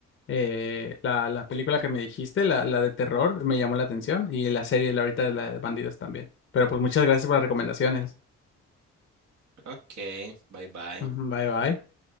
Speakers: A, on the left; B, on the right.
A: eh, la, la película que me dijiste, la, la de terror, me llamó la atención. Y la serie, la ahorita de la de bandidos también. Pero pues muchas gracias por las recomendaciones.
B: Ok, bye bye.
A: Ujú, Bye, bye.